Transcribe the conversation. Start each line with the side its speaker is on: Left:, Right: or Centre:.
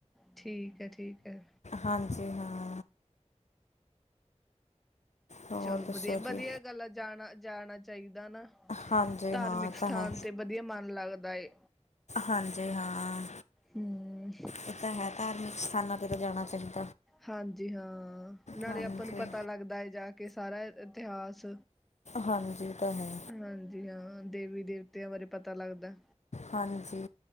Centre: ਠੀਕ ਹੈ, ਠੀਕ ਹੈ।
Left: ਹਾਂਜੀ ਹਾਂ। ਹੋਰ
Centre: ਚਲੋ
Left: ਦੱਸੋ
Centre: ਵਧੀਆ- ਵਧੀਆ
Left: ਜੀ
Centre: ਗੱਲਾਂ ਜਾਣਾ- ਜਾਣਾ ਚਾਹੀਦਾ ਨਾ।
Left: ਹਾਂਜੀ
Centre: ਧਾਰਮਿਕ
Left: ਹਾਂ ਇਹ ਤਾਂ
Centre: ਸਥਾਨ
Left: ਹੈ
Centre: ਤੇ ਵਧੀਆ ਮਨ ਲੱਗਦਾ ਏ।
Left: ਹਾਂਜੀ ਹਾਂ,
Centre: ਹੂੰ
Left: ਇਹ ਤਾਂ ਹੈ ਧਾਰਮਿਕ ਸਥਾਨਾਂ ਤੇ ਤਾਂ ਜਾਣਾ ਚਾਹੀਦਾ।
Centre: ਹਾਂਜੀ ਹਾਂ ਨਾਲੇ
Left: ਹਾਂਜੀ
Centre: ਆਪਾਂ ਨੂੰ ਪਤਾ ਲੱਗਦਾ ਏ ਜਾ ਕੇ ਸਾਰਾ ਇਤਿਹਾਸ।
Left: ਹਾਂਜੀ ਇਹ ਤਾਂ ਹੈ
Centre: ਹਾਂਜੀ ਹਾਂ, ਦੇਵੀ ਦੇਵਤਿਆਂ ਬਾਰੇ ਪਤਾ ਲੱਗਦਾ।
Left: ਹਾਂਜੀ।